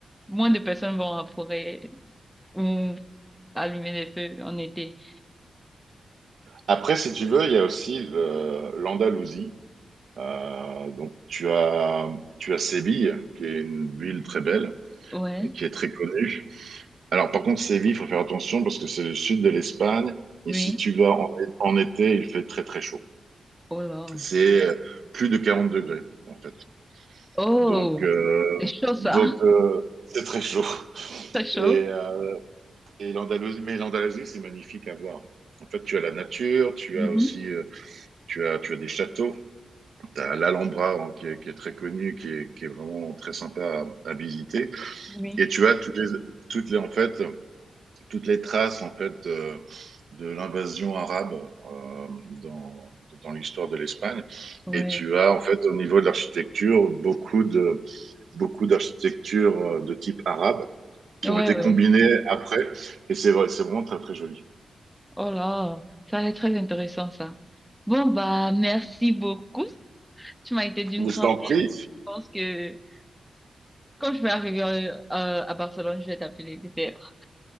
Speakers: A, in the centre; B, on the right (about 75°).
A: moins de personnes vont à la forêt ou allumer des feux en été.
B: Après, si tu veux, il y a aussi le- l'Andalousie. Euh, donc, tu as, tu as Séville, qui est une ville très belle
A: Ouais,
B: et qui est très connue. Alors, par contre, Séville, il faut faire attention parce que c'est le sud de l'Espagne. Et
A: oui.
B: si tu vas en, en été, il fait très, très chaud.
A: Oh là.
B: C'est euh, plus de 40 degrés, en fait.
A: Oh,
B: Donc, euh,
A: c'est chaud ça.
B: donc
A: <laughs>
B: euh, c'est très chaud. <laughs>
A: C'est chaud.
B: Et, euh, Et l'Andalousie, mais l'Andalousie, c'est magnifique à voir. En fait, tu as la nature, tu
A: Mhm.
B: as aussi euh, tu as, tu as des châteaux, tu as l'Alhambra hein, qui, est, qui est très connu, qui est, qui est vraiment très sympa à, à visiter,
A: Oui.
B: et tu as toutes les, toutes les, en fait, toutes les traces en fait, euh, de l'invasion arabe euh, dans, dans l'histoire de l'Espagne.
A: Ouais.
B: Et tu as, en fait, au niveau de l'architecture, beaucoup de beaucoup d'architectures euh, de type arabe qui
A: Ouais,
B: ont été
A: ouais.
B: combinées après. Et c'est vrai, c'est vraiment très, très joli.
A: Oh là, ça va être très intéressant ça. Bon, bah, merci beaucoup. Tu m'as été d'une
B: Je
A: grande.
B: t'en prie.
A: Je pense que quand je vais arriver euh, à Barcelone, je vais t'appeler peut-être.